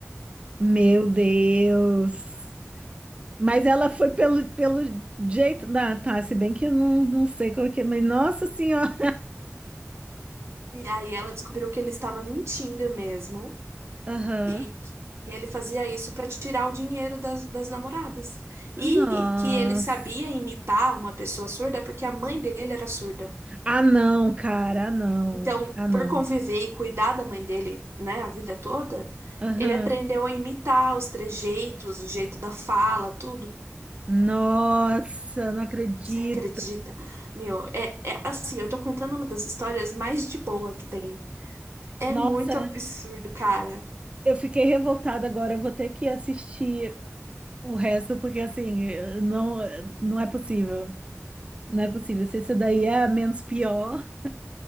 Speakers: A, on the right (about 25°); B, on the right (about 60°).
A: Meu Deus. Mas ela foi pelo, pelo jeito. Ah, tá, se bem que eu não, não sei qual que é, mas nossa senhora.
B: E aí ela descobriu que ele estava mentindo mesmo.
A: Aham.
B: E, e ele fazia isso para tirar o dinheiro das, das namoradas.
A: Nossa.
B: E que ele sabia imitar uma pessoa surda porque a mãe dele era surda.
A: Ah, não, cara. Ah, não.
B: Então,
A: Ah, não.
B: por conviver e cuidar da mãe dele, né, a vida toda,
A: Aham.
B: ele aprendeu a imitar os trejeitos, o jeito da fala, tudo.
A: Nossa, não acredito.
B: Você acredita? Meu, é, é assim, eu tô contando uma das histórias mais de boa que tem. É
A: Nossa,
B: muito absurdo, cara.
A: eu fiquei revoltada agora. Eu vou ter que assistir. O resto, porque assim, não, não é possível. Não é possível. Se esse daí é a menos pior.